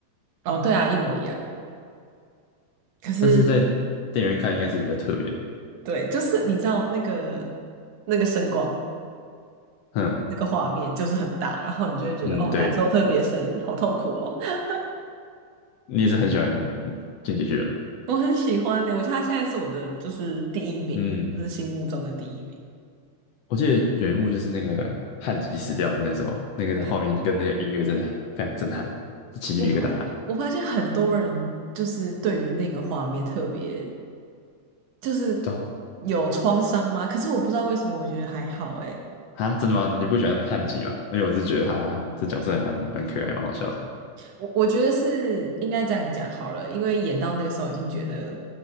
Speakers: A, on the right (about 65°); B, on the left (about 80°).
A: 哦，对啊，一模一样。可是，
B: 但是在电影院看应该是比较特别吧。
A: 对，就是你知道那个那个声光，
B: 嗯
A: 那个画面就是很大，然后你就会觉得哦，
B: 嗯，对，
A: 感受特别深，好痛苦哦。<laughs>
B: 你也是很喜欢《进击的巨人》吗
A: 我很喜欢呢、我觉得他现在是我的就是第一名欸，
B: 嗯。
A: 就是心目中的第一名。
B: 我记得有一幕就是那个汉吉死掉的那时候，那个画面跟那个音乐真的非常震撼，
A: 对，
B: 起鸡皮疙瘩。
A: 我发我发现很多人就是对于那个画面特别。就是
B: 对啊，
A: 有创伤吗？可是我不知道为什么，我觉得还好诶。
B: 啊真的吗？你不喜欢汉吉吗？因为我是觉得他这角色还蛮蛮可爱，蛮好笑的。
A: 我我觉得是应该这样讲好了，因为演到那个时候已经觉得